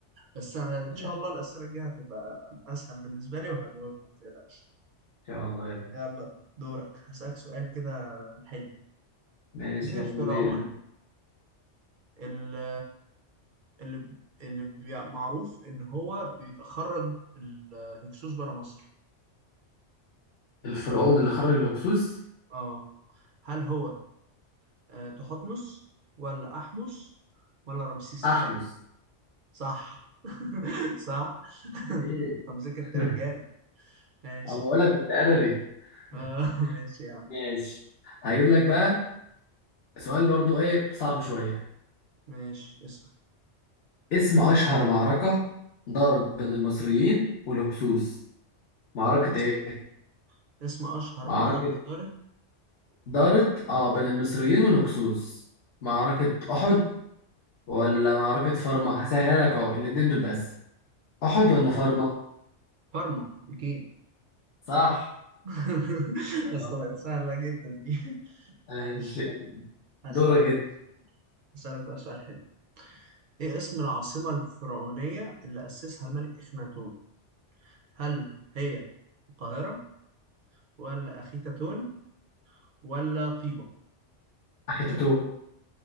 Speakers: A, on the right; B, on the left.
A: بس أنا إن
B: ماشي
A: شاء الله
B: ان
A: الأسئلة الجاية هتبقى أسهل بالنسبة لي وهجاوبها ما تقلقش
B: شاء الله يلا
A: يلا دورك هسألك سؤال كده حلو
B: ماشي
A: مين
B: يلا
A: الفرعون
B: بينا
A: اللي اللي, اللي بي... معروف إن هو بيخرج الهكسوس بره مصر
B: الفرعون اللي خرج الهكسوس
A: اه هل هو آه، تحتمس ولا أحمس ولا رمسيس
B: احمس
A: الثاني صح <laughs> صح <laughs>
B: ايه
A: انت مذاكر التاريخ
B: <laughs>
A: جامد ماشي
B: اما اقول لك كنت ادبي <laughs>
A: آه، <laughs> ماشي يا عم
B: ماشي هجيب لك بقى سؤال برضو ايه صعب شوية
A: ماشي اسأل
B: اسم أشهر معركة دارت بين المصريين والهكسوس معركة
A: اس-
B: إيه؟
A: اسم أشهر
B: معركة
A: معركة دارت
B: دارت آه بين المصريين والهكسوس معركة
A: ماشي
B: أحد ولا معركة فارما هسهلها لك أهو الاتنين دول بس أحد
A: ماشي
B: ولا فارما؟
A: كارما أكيد
B: صح
A: <laughs>
B: والله
A: أصل بقت سهلة جدا دي <laughs>
B: ماشي
A: ماشي
B: يلا.
A: هسألك
B: دورك جدا
A: بقى هسألك بقى سؤال حلو إيه اسم العاصمة الفرعونية اللي أسسها الملك إخناتون هل هي القاهرة ولا أخيتاتون ولا طيبة
B: أخي تاتو